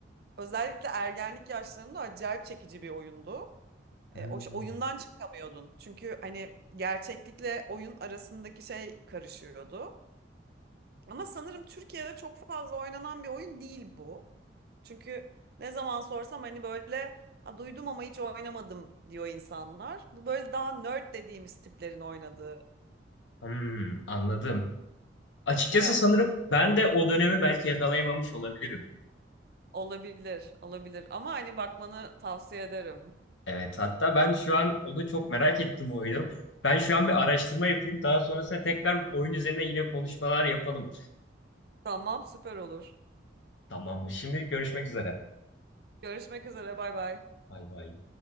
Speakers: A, on the right; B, on the left.
A: özellikle ergenlik yaşlarında acayip çekici bir oyundu.
B: Hmm,
A: E, o ş- oyundan çıkamıyordun. Çünkü hani gerçeklikle oyun arasındaki şey karışıyordu. Ama sanırım Türkiye'de çok fazla oynanan bir oyun değil bu. Çünkü ne zaman sorsam hani böyle ha, duydum ama hiç oynamadım diyor insanlar. Bu böyle daha nerd dediğimiz tiplerin oynadığı
B: hmm, anladım. Açıkçası
A: Evet,
B: sanırım ben de o dönemi belki yakalayamamış olabilirim.
A: olabilir, olabilir. Ama hani bakmanı tavsiye ederim.
B: Evet, hatta ben şu an onu çok merak ettim o oyunu. Ben şu an bir araştırma yapayım. Daha sonrasında tekrar oyun üzerine yine konuşmalar yapalım.
A: Tamam, süper olur.
B: Tamamdır. Şimdilik görüşmek üzere.
A: Görüşmek üzere, bay bay.
B: Bay bay.